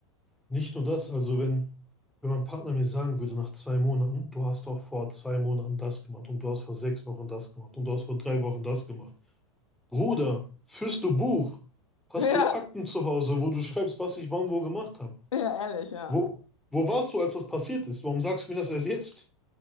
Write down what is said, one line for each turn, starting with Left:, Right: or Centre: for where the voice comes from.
Centre: Nicht nur das, also wenn, wenn mein Partner mir sagen würde nach zwei Monaten, du hast doch vor zwei Monaten das gemacht und du hast vor sechs Wochen das gemacht und du hast vor drei Wochen das gemacht. Bruder, führst du Buch? Hast
Left: <laughs> Ja,
Centre: du Akten zu Hause, wo du schreibst, was ich wann wo gemacht habe?
Left: ja, ehrlich, ja.
Centre: Wo, wo warst du, als das passiert ist? Warum sagst du mir das erst jetzt?